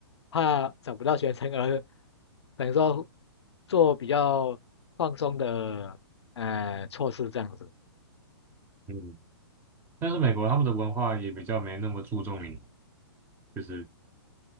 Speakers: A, on the left; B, on the right.
A: 怕找不到学生而等于说做比较放松的呃措施这样子。
B: 嗯，但是美国他们的文化也比较没那么注重你，就是